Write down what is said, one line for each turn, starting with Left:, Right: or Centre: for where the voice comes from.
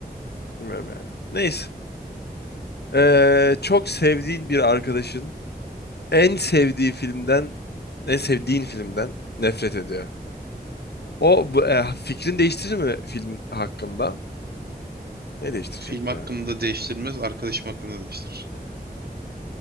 Left: Bilmiyorum yani. Neyse. Ee, çok sevdiğin bir arkadaşın en sevdiği filmden, en sevdiğin filmden nefret ediyor. O bu, e, fikrin değiştirir mi film hakkında? Ne değiştirecek
Right: Film hakkında
Left: be?
Right: değiştirmez, arkadaşım hakkında değiştirir.